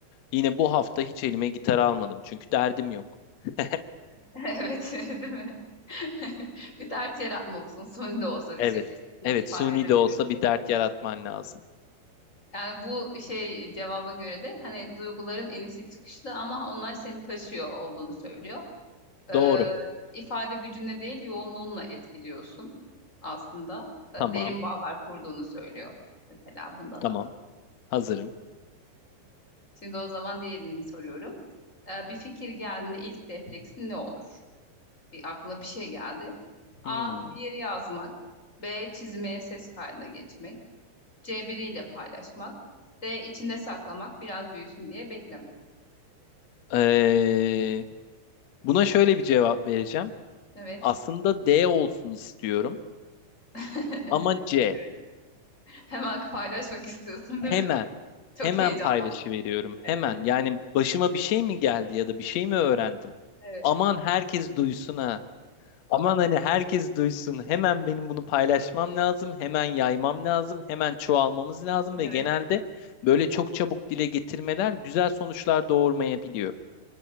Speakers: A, on the left; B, on the left.
A: yine bu hafta hiç elime gitar almadım çünkü derdim yok. <laughs>
B: Evet. <laughs> Evet <laughs> değil mi? <laughs> Bir dert yaratmalısın suni de olsa bir
A: Evet.
B: şekilde hani
A: Evet,
B: ifade
A: suni
B: edebilmek.
A: de olsa bir dert yaratman lazım.
B: Yani bu şey cevaba göre de hani duyguların inişi çıkışlı ama onlar seni taşıyor olduğunu söylüyor. e,
A: Doğru.
B: ifade gücünle değil yoğunluğunla etkiliyorsun aslında. E,
A: Tamam.
B: derin bağlar kurduğunu söylüyor mesela bunda
A: Tamam.
B: da.
A: Hazırım.
B: Şimdi o zaman diğerini soruyorum. E, bir fikir geldiğinde ilk refleksin ne olur? Bir aklına bir şey geldi. A.
A: Hmm.
B: Yeri yazmak. B. Çizmeye ses kaydına geçmek. C. Biriyle paylaşmak. D. içinde saklamak biraz büyüsün diye beklemek.
A: Ee, buna şöyle bir cevap vereceğim.
B: Evet.
A: Aslında D olsun istiyorum
B: <laughs>
A: ama C.
B: Evet. Hemen paylaşmak istiyorsun
A: Hemen,
B: değil mi? Çok
A: hemen
B: heyecanlı.
A: paylaşıveriyorum.
B: Evet.
A: Hemen. Yani başıma bir şey mi geldi ya da bir şey mi öğrendim?
B: Evet.
A: Aman herkes duysun ha. Aman hani herkes duysun. Hemen benim bunu paylaşmam lazım. Hemen yaymam lazım. Hemen çoğalmamız lazım ve
B: Evet.
A: genelde böyle çok çabuk dile getirmeler güzel sonuçlar doğurmayabiliyor.